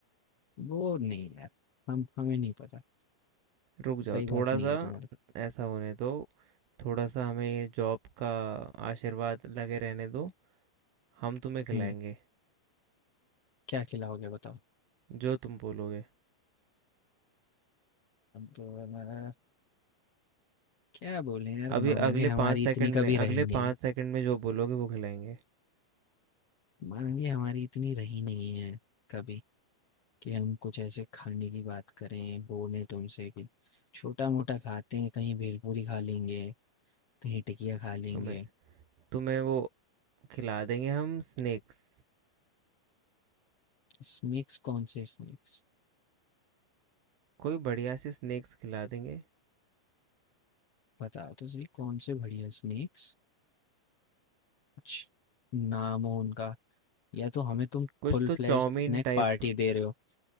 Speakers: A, on the left; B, on the right.
A: वो नहीं यार हम हमें नहीं पता
B: रुक जाओ
A: सही बात
B: थोड़ा
A: नहीं
B: सा
A: है तुम्हारी
B: ऐसा होने दो थोड़ा सा हमें ये जॉब का आशीर्वाद लगे रहने दो हम तुम्हें खिलाएंगे
A: हम्म क्या खिलाओगे बताओ
B: जो तुम बोलोगे
A: अब अ, क्या बोले यार
B: अभी
A: मांगे
B: अगले
A: हमारी
B: पाँच सेकंड
A: इतनी
B: में
A: कभी
B: अगले
A: रही नहीं
B: पाँच
A: है
B: सेकंड में जो बोलोगे वो खिलाएंगे
A: मांगे हमारी इतनी रही नहीं है कभी कि हम कुछ ऐसे खाने की बात करें बोलें तुमसे कि छोटा-मोटा खाते हैं, कहीं भेलपूरी खा लेंगे, कहीं टिकिया खा लेंगे।
B: तुम्हें तुम्हें वो खिला देंगे हम स्नैक्स
A: स्नैक्स कौन से स्नैक्स?
B: कोई बढ़िया सी स्नैक्स खिला देंगे
A: बताओ तो सही कौन से बढ़िया स्नैक्स? कुछ नाम हो उनका या तो हमें तुम
B: कुछ
A: फुल
B: तो
A: फ्लेज्ड
B: चाउमीन
A: स्नैक
B: टाइप
A: पार्टी दे रहे हो।